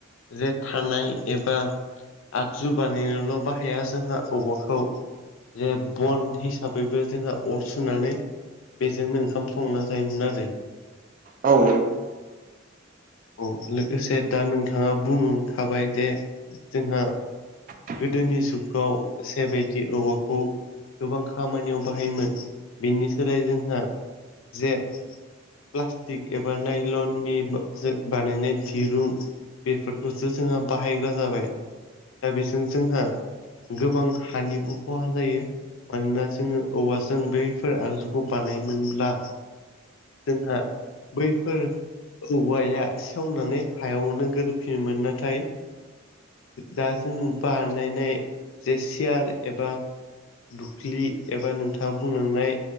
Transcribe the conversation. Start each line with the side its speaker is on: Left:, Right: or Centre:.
Left: जे थानाय एबा आगजु बानायनोल' बाहाया जोंहा औबवाखौ जे बन हिसाबैबो जोंहा अर सुनानै बेजोंनो ओंखाम संना जायोमोन आरो
Right: औ औ
Left: औ लोगोसे दा नोंथाङा बुंनो थाबाय जे जोंहा
Right: <inaudible>
Left: गोदोनि जुगाव जेबायदि औवाखौ गोबां खामानियाव बाहायोमोन बेनि सोलाय जोंहा जे प्लास्टिक एबा नाइलननि बानायनाय दिरुं बेफोरखौसो जोंहा बाहायग्रा जाबाय दा बेजों जोंहा गोबां हानिबो खहा जायो। मानोना जोङो औवाजों बैफोर आगजुखौ बानायोमोनब्ला जोंहा बैफोर औवाया सेवनानै हायावनो ग्रोफिनोमोन नाथाय दा जों बानायनाय जे सियार एबा दुख्लि एबा नोंथाङा बुंलांनाय